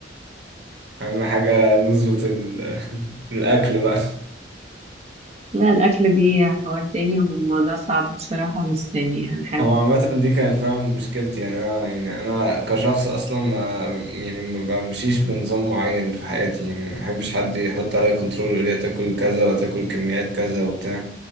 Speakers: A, on the right; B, on the right.
A: اهم حاجه نظبط ال- <laughs> الاكل بقى
B: لا الاكل دي حوار تاني وموضوع صعب بصراحة بس يعني هنحاول
A: هو عامه دي كانت فعلا مشكلتي يعني انا يعني انا كشخص اصلا ما يعني ما بمشيش بنظام معين في حياتي يعني ما بحبش حد يحط عليا كنترول ويقول لي تاكل كذا وتاكل كميات كذا وبتاع